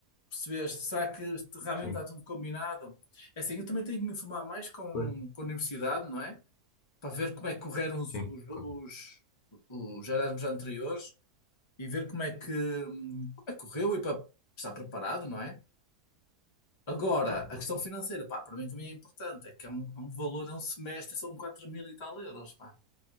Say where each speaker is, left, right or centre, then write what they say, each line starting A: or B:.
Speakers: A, on the left (about 25°); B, on the left (about 70°).
A: Percebeste? Será que este- realmente
B: sim,
A: está tudo combinado? É assim, eu também tenho que me informar mais com,
B: pois,
A: com a universidade, não é? Para ver como é que correram os,
B: sim,
A: os, os,
B: claro.
A: os Erasmus anteriores e ver como é que, hum, como é que correu e para estar preparado, não é? Agora,
B: claro.
A: a questão financeira, pá, para mim também é importante, é que é um, é um valor, é um semestre, são 4 mil e tal euros, pá.